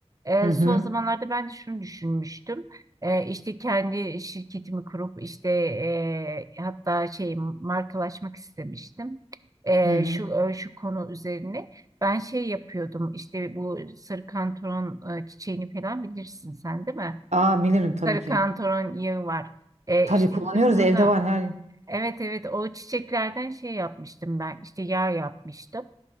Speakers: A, on the right (about 30°); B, on the right (about 85°).
A: Ee,
B: Hı hı.
A: son zamanlarda ben de şunu düşünmüştüm. Ee, işte kendi şirketimi kurup işte e, hatta şey markalaşmak istemiştim. Ee,
B: Hı hı.
A: şu e, şu konu üzerine ben şey yapıyordum İşte bu sarı kantaron e, çiçeğini falan bilirsin sen değil mi?
B: Aa bilirim tabii
A: Sarı
B: ki.
A: kantaron yağı var. Ee,
B: Tabii
A: işte
B: kullanıyoruz
A: bizim burada
B: evde var her
A: evet evet o çiçeklerden şey yapmıştım ben İşte yağ yapmıştım.